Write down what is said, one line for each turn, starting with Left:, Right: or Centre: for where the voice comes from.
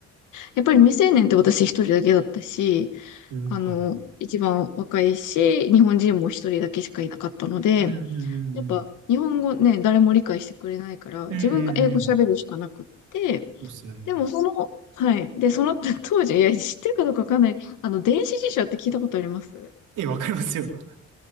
Left: やっぱり未成年って私一人だけだったし、
Right: い。へえ、
Left: あの、
Right: はい。
Left: 一番若いし、日本人も一人だけしかいなかったので、
Right: うんうんうんうん。
Left: やっぱ日本語ね、誰も理解してくれないから、
Right: うんうんうん。
Left: 自分が英語喋るしかなくって、
Right: そうっすね。
Left: でもその、はい。で、その <laughs> 当時、いや、知ってるかどうかわかんない。あの、電子辞書って聞いたことあります
Right: え、わかりますよ。<laughs>